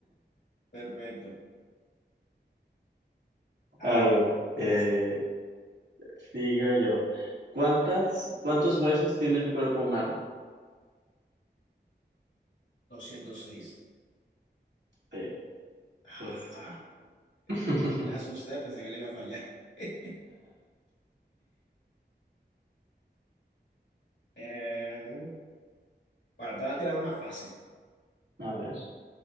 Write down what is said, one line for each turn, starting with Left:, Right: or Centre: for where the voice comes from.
Left: perfecto. A
Right: A
Left: ver,
Right: ver, eh,
Left: sí,
Right: Sigo yo. ¿Cuántas, cuántos huesos tiene el cuerpo humano?
Left: 206.
Right: Sí,
Left: Ah,
Right: justo.
Left: <laughs>
Right: <laughs>
Left: me asusté, pensé que le iba a fallar. <laughs> Eh, bueno, te voy a tirar una fácil.
Right: A ver.